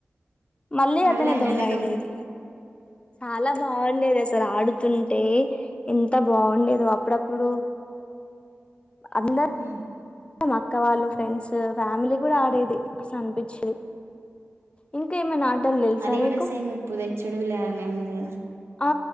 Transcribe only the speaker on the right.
మళ్ళా
ఆయననే
హ
అది కూడా
సేమ్ ఉప్పు తెచ్చుడు లేలానే ఉంది కదా